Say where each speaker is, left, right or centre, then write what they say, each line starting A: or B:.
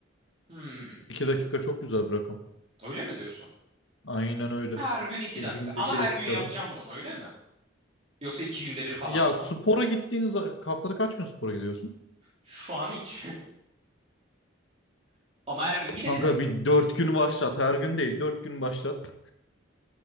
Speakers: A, on the right (about 35°); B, on the left (about 70°).
A: Hmm,
B: 2 dakika çok güzel bir rakam.
A: öyle mi diyorsun?
B: Aynen öyle.
A: Her gün iki
B: E,
A: dakika.
B: günde
A: Ama
B: 2
A: her
B: dakikadan.
A: gün yapacağım bunu öyle mi? Yoksa iki günde bir falan
B: Ya
A: mı?
B: spora gittiğiniz haftada kaç gün spora gidiyorsun?
A: Şu an hiç. <laughs> Ama her gün gidebilirim.
B: Kanka bir 4 günü başlat. Her gün değil. dört gün başlat.